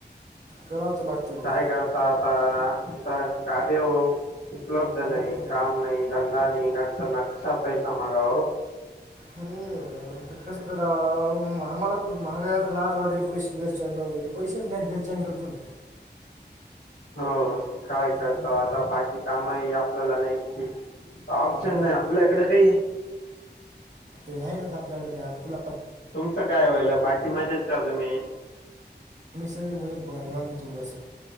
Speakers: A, on the right (about 45°); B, on the left (about 85°).
A: कराव तर लागतेवढ
B: काय करता कार्य उपलब्ध
A: हम्म.
B: नाइ काम नाइ धंदा नि घरचा नक्सा पैसा मागा
A: हम्म ते कसं कराव आम्हाला महागा लाज वाटेल पैसे घरच्यांना वगैरे पैसेच नाइत घरच्यांकड पण
B: हो काय करताव
A: हम्म.
B: आता बाकी कामही आपल्याला नाहीतकी ऑप्शन
A: हम्म.
B: नाइ आपल्याकड काइ
A: त नाही करता आपल्याकडे काय आपला
B: तुमचं काय होईल बाकी मजेत का तुम्ही
A: सग मज बघा तू असं